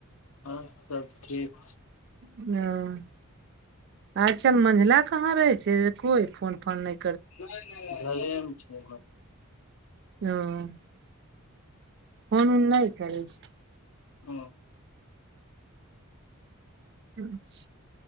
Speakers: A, on the left; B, on the right.
A: हऽ सब ठीक छै
B: अ <inaudible> आज काइल मझला कहाँ रहे छै कोई फोन फोन नै
A: <unintelligible> घरे म छै
B: <unintelligible> फोन उन नै करै छै
A: हँ।
B: <unintelligible>